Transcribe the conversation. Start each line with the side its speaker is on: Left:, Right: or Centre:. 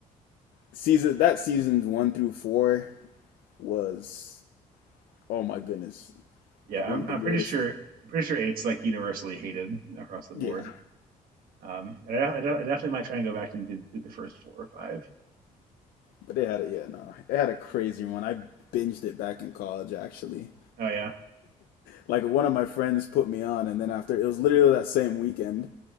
Left: season that seasons one through four was oh my goodness,
Right: yeah. I'm,
Left: one of the
Right: I'm
Left: greatest.
Right: pretty sure. I'm pretty sure eight's like universally hated across the board.
Left: Yeah,
Right: Um, I, I, I definitely might try and go back and do, do the first four or five.
Left: but they had it. Yeah, no, it had a crazy one. I binged it back in college actually.
Right: Oh yeah.
Left: like one of my friends put me on and then after it was literally that same weekend